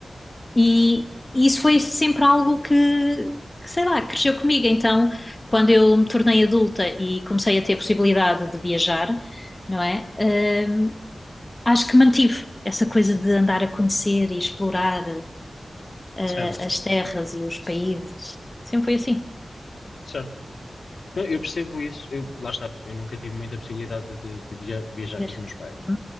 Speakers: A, on the left (about 25°); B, on the left (about 75°).
A: e, e isso foi sempre algo que, que, sei lá, cresceu comigo. Então, quando eu me tornei adulta e comecei a ter a possibilidade de viajar, não é? Eh, Acho que mantive essa coisa de andar a conhecer e explorar eh,
B: Certo,
A: as terras e os países. Sempre foi assim.
B: certo. Não, eu percebo isso. Eu, lá está, eu nunca tive muita possibilidade de, de via- viajar
A: Desde-
B: com os meus pais.
A: Uhum,